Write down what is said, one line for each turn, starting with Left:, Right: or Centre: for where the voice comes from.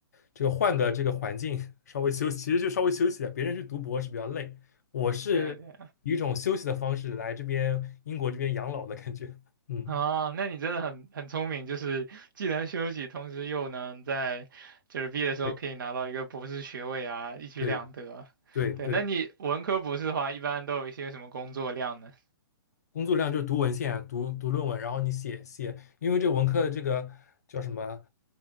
Left: 这个换的这个环境稍微休息，其实就稍微休息啊别人去读博是比较累，我是以一种休息的方式来这边英国这边养老的感觉。
Right: 对对，
Left: 嗯，
Right: 啊，那你真的很很聪明，就是既能休息，同时又能在就是毕业的时候可以拿到一个博士学位啊，
Left: 对
Right: 一举两得。
Left: 对对对，
Right: 对，那你文科博士的话，一般都有一些什么工作量呢？
Left: 工作量就是读文献啊、读读论文，然后你写写，因为这文科的这个叫什么？